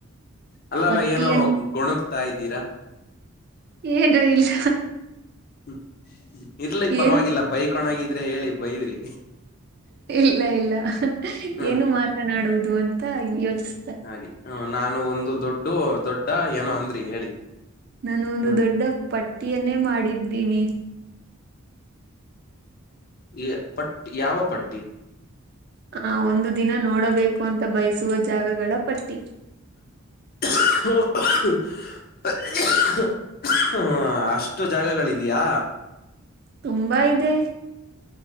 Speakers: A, on the left; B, on the right.
A: ಅಲ್ಲ
B: ಪಟ್ಟಿಯನ್ನು
A: ಅಲ್ಲ ಏನೋ ಗೊಣುಕ್ತಾ ಇದ್ದೀರಾ
B: ಏನು ಇಲ್ಲ
A: ಹೂ ಇರ್ಲ ಈ ಪರವಾಗಿಲ್ಲ
B: ಏನು
A: ಬೈಕ್ಣಗಿದ್ರೆ ಹೇಳಿ ಬೈದ್ರಿ
B: ಇಲ್ಲ ಇಲ್ಲ
A: ಹ್ಮ್
B: ಏನು ಮಾತ ಮಾತನಾಡುವುದು ಅಂತ ಯೋಚಸ್
A: ಹಾಗೆ ನಾನು ಒಂದು ದೊಡ್ಡು ದೊಡ್ಡ ಏನೋ ಅಂದ್ರಿ ಹೇಳಿ
B: ನಾನು ಒಂದು
A: ಹ್ಮ್
B: ದೊಡ್ಡ ಪಟ್ಟಿಯನ್ನೇ ಮಾಡಿದ್ದೀನಿ
A: ಎ ಪಟ್ಟ ಯಾವ ಪಟ್ಟಿ
B: ಆ ಒಂದು ದಿನ ನೋಡಬೇಕು ಅಂತ ಬಯಸುವ ಜಾಗಗಳ ಪಟ್ಟಿ
A: <unintelligible> <unintelligible> ಹ ಅಷ್ಟು ಜಾಗಗಳು ಇದಿಯಾ
B: ತುಂಬಾ ಇದೆ